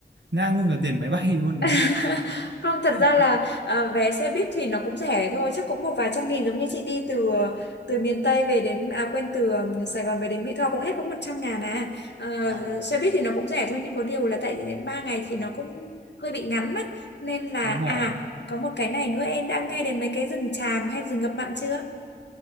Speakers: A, on the right; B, on the left.
A: Ngang luôn cả tiền máy bay luôn.
B: <laughs> không thật
A: <laughs>
B: ra là à, vé xe buýt thì nó cũng rẻ thôi chắc cũng một vài trăm nghìn giống như chị đi từ từ miền Tây về đến à quên từ Sài Gòn về đến Mỹ Tho cũng hết có 100 ngàn à Ờ,
A: À vâng,
B: xe buýt thì nó cũng rẻ thôi nhưng có điều là tại vì đến 3 ngày thì nó cũng hơi bị ngắn á nên là
A: đúng
B: à
A: rồi.
B: có một cái này nữa em đã nghe đến mấy cái rừng tràm hay rừng ngập mặn chưa